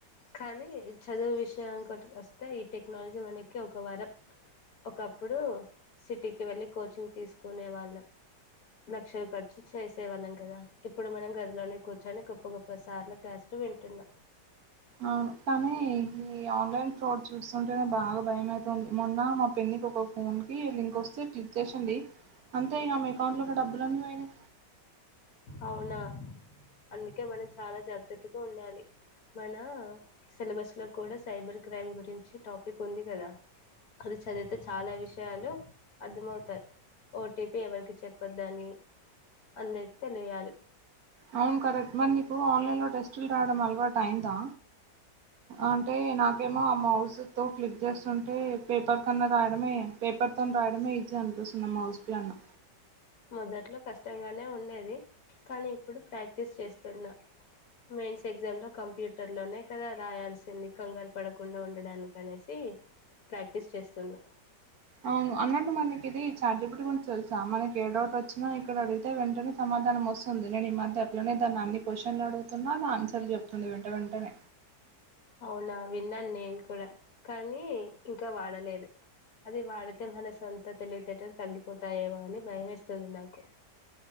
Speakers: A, on the left; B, on the right.
A: కానీ చదువు విషయం వస్తే ఈ టెక్నాలజీ మనకి ఒక వారం ఒకప్పుడు సిటీకి వెళ్ళి కోచింగ్ తీసుకునే వాళ్ళం లక్షలు ఖర్చు చేసేవాళ్ళం కదా ఇప్పుడు మనం గదిలోనే కూర్చొని గొప్ప గొప్ప సార్ల క్లాసులు వింట న్నా
B: అవును కానీ ఈ ఆన్లైన్ ఫ్రాడ్ చూస్తుంటే బాగా భయమవుతుంది మొన్న మా పెన్నికి ఒక ఫోన్కి లింక్ వస్తే క్లిక్ చేసడి అంతే ఇక ఆమె అకౌంట్లో ఉన్న డబ్బులన్నీ పోయినాయి
A: అవునా అందుకే మనం చాలా జాగ్రత్తగా ఉండాలి మన సిలబస్ లో కూడా సైబర్ క్రైమ్ గురించి టాపిక్ ఉంది కదా అది చదివితే చాలా విషయాలు అర్థమవుతాయి ఓటీపీ ఎవరికి చెప్పద్ద అని అందరి తెలియాలి
B: అవును కరెక్ట్ మరి నీకు ఆన్లైన్ లో టెస్టులు రాయడం అలవాటయిందా అంటే నాకేమో ఆ మౌజ్ తో క్లిక్ చేస్తుంటే పేపర్ కన్నా రాయడమే పేపర్తో రాయడమే ఈజీ అనిపిస్తుంది మౌస్ కన్నా
A: మొదట్లో కష్టంగానే ఉండేది కానీ ఇప్పుడు ప్రాక్టీస్ చేస్తున్నా మెయిన్స్ ఎగ్జామ్లో కంప్యూటర్లోనే కదా రాయాల్సింది కంగారు పడకుండా ఉండడానికనేసి ప్రాక్టీస్ చేస్తున్నా
B: అవును అన్నట్టు మనకి ఇది చాట్ జిపిటి గురించి తెలుసా మనకి ఏ డౌట్ వచ్చినా ఇక్కడ అడిగితే వెంటనే సమాధానం వస్తుంది నేను ఈ మధ్య అట్లనే దాన్ని అన్ని క్వశ్చన్లు అడుగుతున్నా అది ఆన్సర్లు చెప్తుంది వెంట వెంటనే
A: అవునా విన్నాను నేను కూడా కానీ ఇంకా వాడలేదు అది వాడితే మన సొంత తెలివితేటలు తగ్గిపోతాయేమో అని భయేస్తుంది నాకు